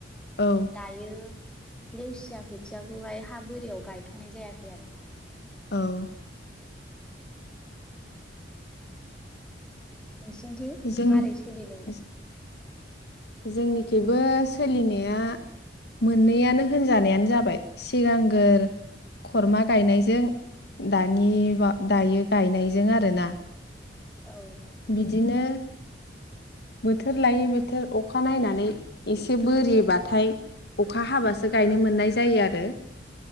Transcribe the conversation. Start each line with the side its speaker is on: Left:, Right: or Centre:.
Left: औ
Centre: दायो लेवसिया खोथियाखौहाय हा बोरियाव गायथ'नाय जायाखै आरो
Left: औ
Centre: नोंसिनिथिं
Left: जों
Centre: मारै सोलिदों दा?
Left: ज जोंनिखैबो सोलिनाया मोननैयानो होनजानायानो जाबाय सिगांगोर खरमा गायनायजों दानि बा दायो गायनायजों आरोना
Centre: औ
Left: बिदिनो बोथोर लायै बोथोर अखा नायनानै एसे बोरिबाथाय अखा हाबासो गायनो मोननाय जायो आरो